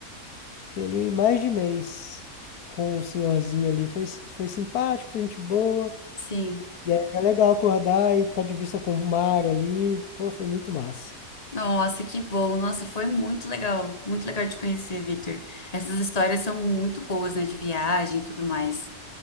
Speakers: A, on the left; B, on the left.
A: Fiquei ali mais de mês com o senhorzinho ali. Foi, foi simpático, foi gente boa.
B: Sim.
A: E aí era legal acordar e estar de vista com o mar ali. Pô, foi muito massa.
B: Nossa, que bom. Nossa, foi muito legal. Muito legal de conhecer, Victor. Essas histórias são muito boas, né? De viagem e tudo mais.